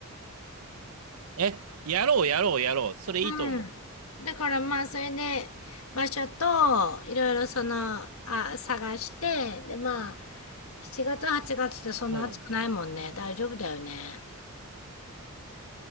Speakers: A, on the right; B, on the left.
A: え、やろうやろうやろう。それいいと思
B: うん。だからまあそれで場所といろいろその、あ、探して、でまあ7月8月ってそんな暑くないもんね。
A: う。うん。
B: 大丈夫だよね。